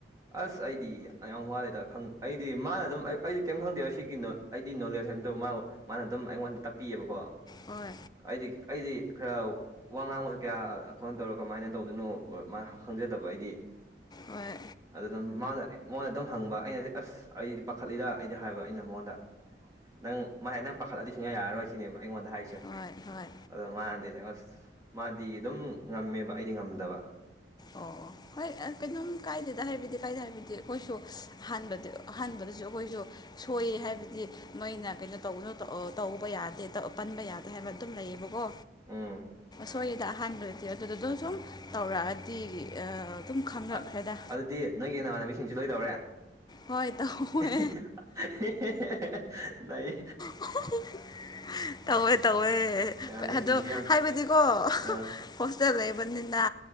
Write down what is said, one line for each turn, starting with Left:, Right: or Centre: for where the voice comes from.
Right: ꯑꯁ ꯑꯩꯗꯤ ꯌꯥꯝꯌꯥꯝ ꯋꯥꯂꯦꯗ ꯑꯩꯗꯤ ꯃꯥꯅ ꯑꯗꯨꯝ ꯑꯩꯗꯤ ꯀꯩꯝ ꯈꯪꯗꯦꯕ ꯁꯤꯀꯤꯅꯣ ꯑꯩꯗꯤ ꯅꯣꯂꯦꯖ ꯍꯥꯏꯇꯧ ꯃꯥ ꯃꯥꯅ ꯑꯗꯨꯝ ꯑꯩꯉꯣꯟꯗ ꯇꯥꯛꯄꯤꯌꯦꯕꯀꯣ
Left: ꯍꯣꯏ
Right: ꯑꯩꯗꯤ ꯑꯩꯗꯤ ꯈꯔ ꯋꯥ ꯉꯥꯡꯕꯁꯨ ꯀꯌꯥ ꯑꯩꯈꯅ ꯇꯧꯔ ꯀꯃꯥꯏꯅ ꯇꯧ ꯑꯗꯨꯅ ꯃꯥ ꯈꯪꯖꯗꯕ ꯑꯩꯗꯤ
Left: ꯍꯣꯏ
Right: ꯑꯗꯨ ꯑꯗꯨꯝ ꯃꯥꯅ ꯃꯥꯅ ꯑꯗꯨꯝ ꯍꯪꯕ ꯑꯩꯅꯗꯤ ꯑꯁ ꯑꯩꯗꯤ ꯄꯥꯈꯠꯂꯤꯗ ꯑꯩꯗꯤ ꯍꯥꯏꯕ ꯑꯩꯅ ꯃꯉꯣꯟꯗ ꯅꯪ ꯃꯥ ꯍꯥꯏ ꯅꯪ ꯄꯥꯈꯠꯂꯗꯤ ꯁꯨꯡꯌꯥ ꯌꯥꯔꯔꯣꯏ ꯁꯤꯅꯦꯕ ꯑꯩꯉꯣꯟꯗ ꯍꯥꯏꯔꯤꯁꯦ
Left: ꯍꯣꯏ ꯍꯣꯏ
Right: ꯑꯗꯣ ꯃꯥꯅꯗꯤ ꯑꯁ ꯃꯥꯗꯤ ꯑꯗꯨꯝ ꯉꯝꯃꯦꯕ ꯑꯩꯗꯤ ꯉꯝꯗꯕ
Left: ꯑꯣ ꯍꯣꯏ ꯑ ꯀꯩꯅꯣꯝ ꯀꯥꯏꯗꯦꯗ ꯍꯥꯏꯕꯗꯤ ꯀꯥꯏꯗꯦ ꯍꯥꯏꯕꯗꯤ ꯑꯩꯈꯣꯏꯁꯨ ꯑꯍꯥꯟꯕꯗ ꯑꯍꯥꯟꯕꯗꯁꯨ ꯑꯩꯈꯣꯏꯁꯨ ꯁꯣꯏꯌꯦ ꯍꯥꯏꯕꯗꯤ ꯃꯣꯏꯅ ꯀꯩꯅꯣ ꯇꯧꯒꯅꯨ ꯇꯧ ꯑ ꯇꯧꯕ ꯌꯥꯗꯦ ꯄꯟꯕ ꯌꯥꯗꯦ ꯍꯥꯏꯕ ꯑꯗꯨꯝ ꯂꯩꯌꯦꯕꯀꯣ
Right: ꯎꯝ
Left: ꯁꯣꯏꯌꯦꯗ ꯑꯍꯥꯟꯕꯗꯗꯤ ꯑꯗꯨꯗꯨꯗꯣ ꯁꯨꯝ ꯇꯧꯔꯛꯑꯗꯤ ꯑ ꯑꯗꯨꯝ ꯈꯪꯔꯛꯈ꯭ꯔꯦꯗ
Right: ꯑ ꯑꯗꯨꯗꯤ ꯅꯣꯏꯒꯤ ꯅꯃꯥꯟꯅꯕꯤꯁꯤꯡꯁꯨ ꯂꯣꯏ ꯇꯧꯔꯦ
Left: ꯍꯣꯏ ꯇꯧꯋꯦ
Right: <unintelligible> ꯅꯩꯏ
Left: <unintelligible> ꯇꯧꯋꯦ ꯇꯧꯋꯦ
Right: ꯅꯃꯥꯟꯅꯕꯤꯁꯤꯡꯁꯨ
Left: ꯑꯗꯣ
Right: ꯌꯥꯝ
Left: ꯍꯥꯏꯕꯗꯤꯀꯣ
Right: ꯑꯥ
Left: ꯍꯣꯁꯇꯦꯜ ꯂꯩꯕꯅꯤꯅ